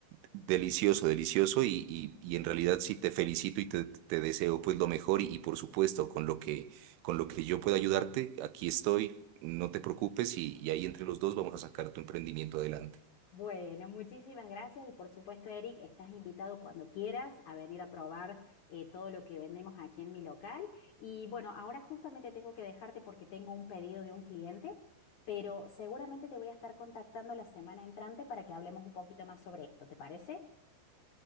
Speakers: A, on the right; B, on the left.
A: Delicioso, delicioso y, y- y en realidad sí te felicito y te, te deseo pues lo mejor y, y por supuesto con lo que con lo que yo pueda ayudarte, aquí estoy, no te preocupes y, y ahí entre los dos vamos a sacar tu emprendimiento adelante.
B: Bueno, muchísimas gracias y por supuesto, Eric, estás invitado cuando quieras a venir a probar eh, todo lo que vendemos aquí en mi local. Y bueno, ahora justamente tengo que dejarte porque tengo un pedido de un cliente, pero seguramente te voy a estar contactando la semana entrante para que hablemos un poquito más sobre esto, ¿te parece?